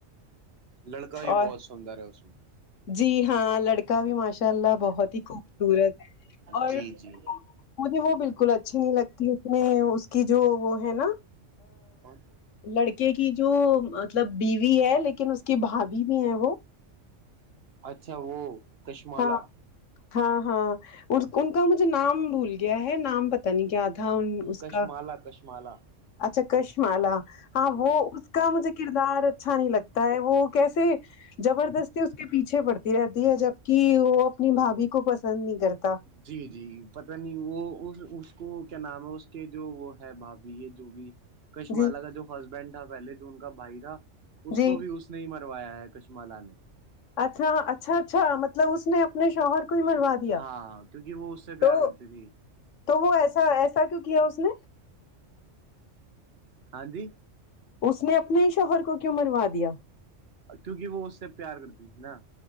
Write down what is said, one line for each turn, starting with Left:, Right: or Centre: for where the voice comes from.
Right: لڑکا بھی
Left: اور
Right: بہت سندر ہے اس میں
Left: جی ہاں لڑکا بھی ماشا انشاء
Right: میں
Left: اللہ بہت ہی خوبصورت اور
Right: جی جی
Left: مجھے وہ بالکل بالکل اچھی نہیں لگتی اس میں اس کی جو وہ ہے نا
Right: کون
Left: لڑکے کی جو مطلب بیوی ہے لیکن اس کی بھابھی بھی ہے وہ
Right: اچھا وہ چشمالا
Left: ہاں ہاں ہاں ان کا مجھے نام بھول گیا ہے نام پتا نہیں کیا تھا اس
Right: کشمالا
Left: کا
Right: کشمالا
Left: اچھا کشمالا ہاں
Right: ہوں
Left: وہ کا مجھے کردار اچھا نہیں لگتا ہے وہ کیسے زبردستی اس کے پیچھے پڑتی رہتی ہے جبک وہ اپنی بھاابھی کو پسند نہیں کرتا
Right: جی جی پت نہیں وہ اس کو کیا نام ہے اس کے جو وہ ہے بھابھی یہ جو بھی کشمالا
Left: جی
Right: کا جو ہسبینڈ تھا پہلے جو ان کا بھائی تھا اس
Left: جی
Right: کو بھی اس نہیں مروایا ہے کچھما نے
Left: اچھا اچھا اچھا مطلب اس نے اپنے شور کو ہی مروا دیا
Right: ہاں
Left: دیا
Right: کیونکہ وہ اس سے پیار
Left: تو
Right: کرتی تھی
Left: تو وہ ایسا ایسا کیوں کیا اس نے
Right: ہاں جی
Left: اس نے اپنے ہی شوہر کو کیوں مروا دیا
Right: کیونکہ وہ اس سے پیار کرتی تھی نا